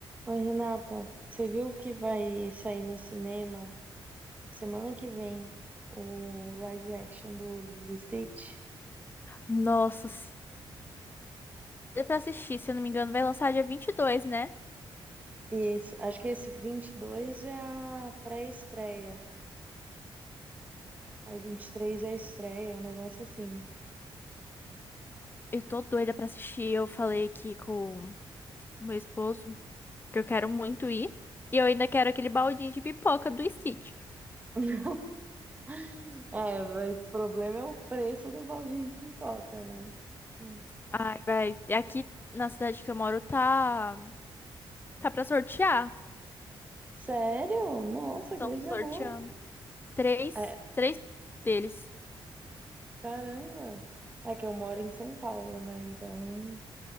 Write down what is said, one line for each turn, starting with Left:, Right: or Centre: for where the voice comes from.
Right: Oi, Renata, você viu que vai sair no cinema semana que vem o live action do Lilo e Stitch?
Left: Nossa, se- doida pra assistir, se eu não me engano, vai lançar dia vinte e dois, né?
Right: E esse- acho que esse 22 é a pré-estreia, aí 23 é a estreia, um negócio assim.
Left: Eu tô doida pra assistir. Eu falei aqui com o meu esposo que eu quero muito ir. E eu ainda quero aquele baldinho de pipoca do Stitch.
Right: <laughs> É, mas o problema é o preço do baldinho de pipoca, né? Hum.
Left: Ai, vai. E aqui na cidade que eu moro tá. Tá pra sortear.
Right: Sério? Nossa,
Left: Estão
Right: que legal!
Left: sorteando. Três.
Right: É,
Left: Três deles.
Right: caramba! É que eu moro em São Paulo, né? Então